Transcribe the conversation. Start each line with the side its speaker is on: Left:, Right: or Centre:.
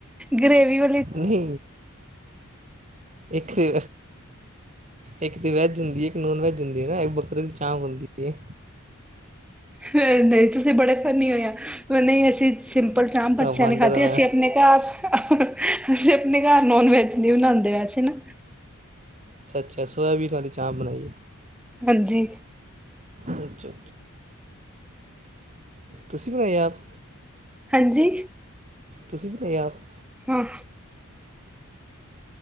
Centre: ਗ੍ਰੇਵੀ ਵਾ
Right: ਨੀ ਇੱਕ ਤੇ ਇੱਕ ਤੇ ਵੈੱਜ ਹੁੰਦੀ ਏ ਇੱਕ ਨੋਨ ਵੈਜ ਹੁੰਦੀ ਏ ਨਾ ਇੱਕ ਬੱਕਰੇ ਦੀ ਚਾਮਪ ਹੁੰਦੀ ਏ।
Centre: ਨਈ - ਨਈ ਤੁਸੀ ਬੜੇ ਫੰਨੀ ਓ ਯਾਰ ਨਈ ਅਸੀ ਸਿੰਪਲ ਚਾਮਪ ਬੱਚਿਆਂ
Right: ਹਾਂ ਬਾਂਦਰ
Centre: ਨੇ ਖਾਦੇ
Right: ਹਾਂ
Centre: ਅਸੀ
Right: ਮੈਂ
Centre: ਆਪਨੇ ਹੂੰ <unintelligible> ਅਸੀ ਆਪਨੇ ਘਰ ਨੋਨ ਵੈਜ ਨੀ ਬਨਾਂਦੇ ਵੈਸੇ ਨਾ
Right: ਅੱਛਾ -ਅੱਛਾ ਸੋਇਆਬੀਨ ਆਲੀ ਚਾਮਪ ਬਨਾਈ ਏ।
Centre: ਹਾਂਜੀ।
Right: ਅੱਛਾ -ਅੱਛਾ। ਤੁਸੀ ਬਨਾਈ ਆਪ,
Centre: ਹਾਂਜੀ
Right: ਤੁਸੀ ਬਨਾਈ ਆਪ?
Centre: ਹਾਂ